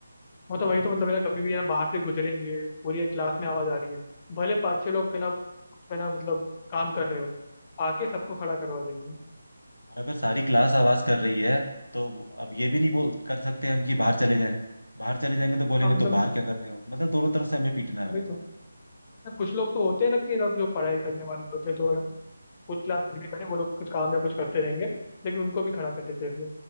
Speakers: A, on the left; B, on the left.
A: वो तो वही तो मतलब है ना कभी भी है ना बाहर से गुजरेंगे पूरी एक क्लास
B: हाँ।
A: में आवाज आ रही है भले पाँच छह लोग है ना कुछ है ना मतलब काम कर रहे हो आके सबको खड़ा करवा देंगे
B: और अगर सारी क्लास आवाज कर रही है तो अब ये भी नहीं वो कर सकते हम कि बाहर चले जाएं बाहर चले जाएंगे तो बोलेंगे
A: हाँ मतलब
B: तो बाहर क्या कर रहे हो मतलब दोनों तरफ से हमें पीटना होगा
A: वही तो ना कुछ लोग तो होते हैं ना कि ना जो पढ़ाई करने वाले होते हैं तो
B: हम्म।
A: कुछ क्लास कुछ भी करें वो लोग कुछ काम या कुछ करते रहेंगे लेकिन उनको भी खड़ा कर देते हैं फिर।